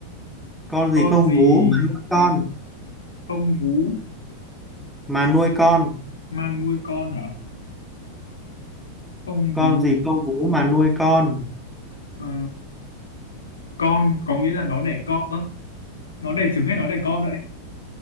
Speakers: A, in the centre; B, on the left (about 70°).
A: con
B: con
A: gì không
B: gì
A: vú mà nuôi con
B: không vú
A: mà nuôi con
B: mà nuôi con hả không
A: con
B: vú
A: gì không vú mà nuôi con
B: ờ, con có nghĩa là nó đẻ con ơ nó đẻ trứng hay nó đẻ con vậy